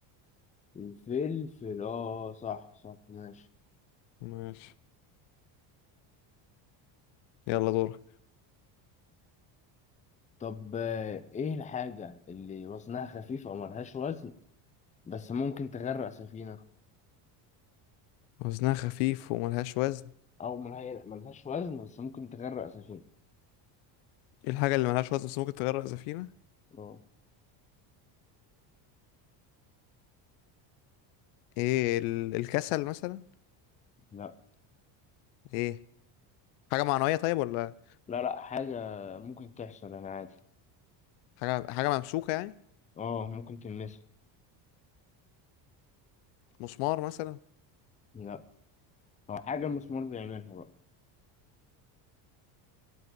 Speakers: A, on the left; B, on the left.
A: الفلفل آه صح صح ماشي
B: ماشي يلا دورك
A: طب آه، إيه الحاجة اللي وزنها خفيف أو ملهاش وزن بس ممكن تغرق سفينة
B: وزنها خفيف وملهاش وزن
A: أو ملهاش ملهاش وزن بس ممكن تغرق سفينة
B: ايه الحاجة اللي ملهاش وزن بس ممكن تغرق سفينة
A: اه
B: ايه ال... الكسل مثلا
A: لا
B: ايه حاجة معنوية طيب ولا
A: لا لا حاجة ممكن تحصل أنا عادي
B: حاجة حاجة ممسوكة يعني
A: اه ممكن تلمسها
B: مسمار مثلا
A: لا أو حاجة المسمار بيعملها بقى